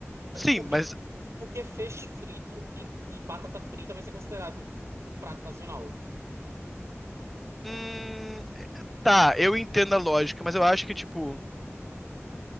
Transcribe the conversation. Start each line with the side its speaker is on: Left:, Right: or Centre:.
Centre: Sim,
Right: Porque,
Centre: mas.
Right: porque feixe frito e, e batata frita vai ser considerado um um prato nacional.
Centre: Hum, tá, eu entendo a lógica, mas eu acho que, tipo.